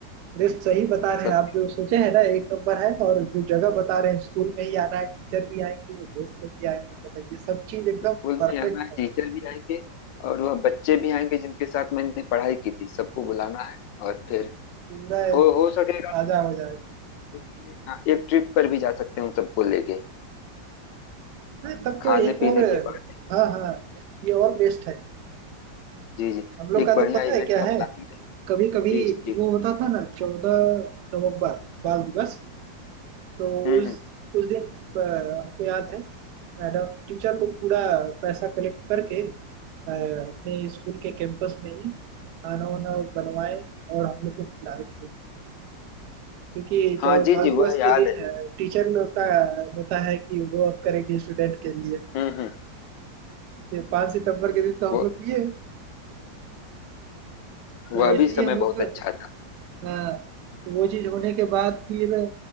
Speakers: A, on the right (about 70°); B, on the left (about 75°).
A: रेस्ट सही बता रहे
B: सब
A: हैं आप जो सोचे हैं ना एक नंबर है और जो जगह बता रहे हैं स्कूल में ही आना है टीचर भी आएंगे दोस्त लोग भी आएंगे बताइए सब चीज एकदम
B: स्कूल
A: परफेक्ट
B: में आना है
A: है
B: टीचर भी आएंगे और वह बच्चे भी आएंगे जिनके साथ मैंने पढ़ाई की थी सबको बुलाना है और फिर
A: पूरा
B: हो हो सकेगा
A: ताजा हो जाएगा
B: जैसे कि, हाँ, एक ट्रिप पर भी जा सकते हैं उन सबको लेके
A: नहीं तब
B: खाने
A: तो एक
B: पीने
A: और
B: के बाद
A: हाँ हाँ ये और बेस्ट है
B: जी जी
A: हम लोग
B: एक
A: का
B: बढ़िया
A: तो पता
B: इवेंट
A: है क्या
B: का
A: है
B: प्लानिंग रहे
A: कभी कभी
B: जी जी जी।
A: वो होता था ना चौदह नवंबर बाल दिवस तो
B: हम्म
A: उस
B: हम्म
A: उस दिन अ, हमको याद है मैडम टीचर लोग पूरा पैसा कलेक्ट करके अ, अपने स्कूल के कैंपस में ही खाना वाना बनवाए और हम लोग को खिलाए थे क्योंकि
B: हाँ
A: चौ
B: जी
A: बाल
B: जी
A: दिवस
B: वह याद
A: के दिन
B: है
A: अ, टीचर लोग का होता है कि वो अब करेंगे स्टूडेंट के लिए
B: हम्म हम्म
A: पांच सितंबर के दिन तो
B: वह
A: हम लोग किए
B: वह
A: तो वैसे
B: भी समय
A: ही हम
B: बहुत
A: लोग तो
B: अच्छा था
A: हाँ तो वो चीज होने के बाद फिर